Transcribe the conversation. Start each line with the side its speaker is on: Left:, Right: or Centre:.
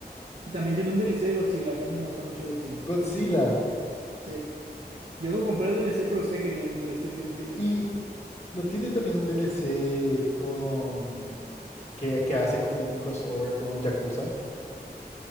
Right: Y también tiene un DLC de Godzilla, que a mí me gusta mucho Godzilla.
Left: Godzilla.
Right: Sí. Yo no compré el DLC, pero sé que tiene un DLC de Godzilla.
Left: Y no tiene también un DLC con... Que, que hace como un crossover con Yakuza.